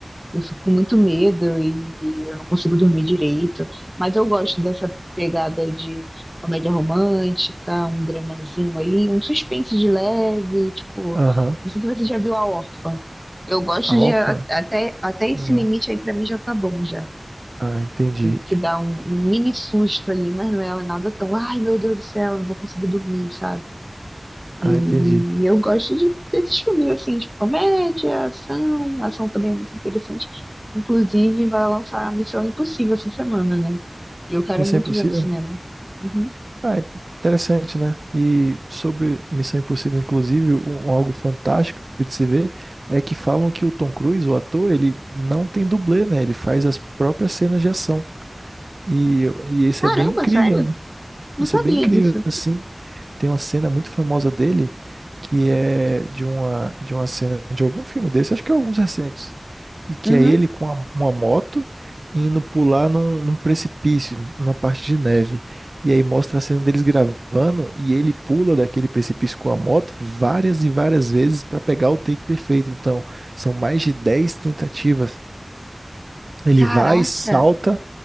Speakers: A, in the centre; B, on the right.
A: Eu fico com muito medo e eu não consigo dormir direito. Mas eu gosto dessa pegada de comédia romântica, um dramazinho ali, um suspense de leve, tipo,
B: Aham.
A: não sei se você já viu A Órfã. Eu gosto
B: Alfa?
A: de a- até, até esse
B: Não.
A: limite aí pra mim já tá bom já.
B: Ah, entendi.
A: que dá um, um mini susto ali, mas não é nada tão, ai meu Deus do céu, não vou conseguir dormir, sabe? E
B: Ah, entendi.
A: eu gosto de, desses filmes assim, tipo comédia, ação, ação também é muito interessante. Inclusive, vai lançar Missão Impossível essa semana, né? E eu quero
B: Missão
A: muito
B: Impossível?
A: ver no cinema. Uhum.
B: Ah, interessante, né? E sobre Missão Impossível, inclusive, um, um algo fantástico de se ver é que falam que o Tom Cruise, o ator, ele não tem dublê, né? Ele faz as próprias cenas de ação. E, e isso
A: Caramba,
B: é bem incrível,
A: sério?
B: né?
A: Não
B: Isso
A: sabia
B: é bem incrível,
A: disso.
B: assim. Tem uma cena muito famosa dele que é de uma, de uma cena de algum filme desse, acho que é alguns recentes, e que
A: Uhum.
B: é ele com a- uma moto indo pular num, num precipício, numa parte de neve. E aí mostra a cena deles gravando e ele pula daquele precipício com a moto várias e várias vezes para pegar o take perfeito. Então, são mais de 10 tentativas. Ele
A: Caraca!
B: vai, salta